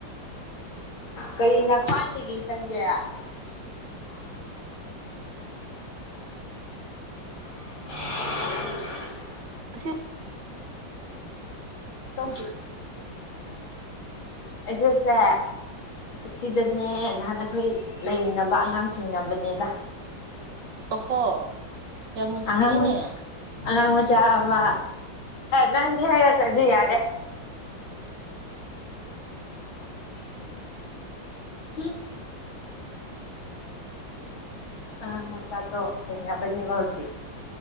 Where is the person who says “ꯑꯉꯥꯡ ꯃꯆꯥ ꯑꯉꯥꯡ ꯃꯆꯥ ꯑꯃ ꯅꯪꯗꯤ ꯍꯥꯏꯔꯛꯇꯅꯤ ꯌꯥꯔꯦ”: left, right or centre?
Left